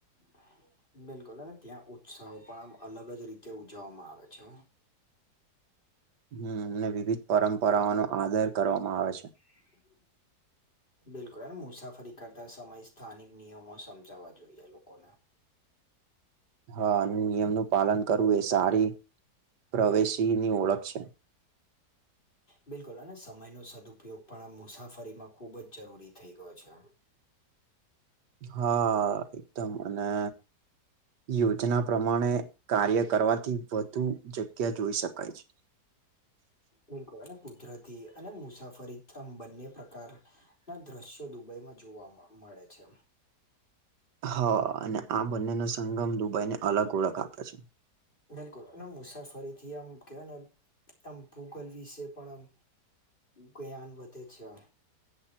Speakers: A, on the left (about 30°); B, on the right (about 80°).
A: હ <inaudible> બિલકુલ અને ત્યાં ઉત્સાહો પણ આમ અલગ જ રીતે ઉજવવામાં આવે છે.
B: હમ ને વિવિધ પરંપરાઓ ન આદર કરવામાં આવે છે.
A: <inaudible> બિલકુલ અને મુસાફરી કરતા સમય સ્થાનિક નિયમો સમજાવવા જોઈએ લોકોને.
B: હા અને નિયમ નું પાલન કરવું એ સારી પ્રવેશી ની ઓળખ છે.
A: બિલકુલ અને સમય ન સદુપયોગ પણ આ મુસાફરીમાં ખુબ જ જરૂરી થઇ ગયો છે.
B: હા એકદમ અને યોજના પ્રમાણે કાર્ય કરવાથી વધ તું જગ્યા જોઈ શકાય છે.
A: બિલકુલ અને કુદરતી અને મુસાફરી આમ બંને પ્રકાર. ના દ્રશ્યો દુબઈમાં જોવા મળે છે
B: હા અને આ બંને ન સંગમ દુબઈ ને, અલગ ઓળખ આપે છે.
A: બિલકુલ એ મુસાફરી થી આમ કવાય ને, આમ ભૂગલ વિશે પણ આમ જ્ઞાન વધે છે.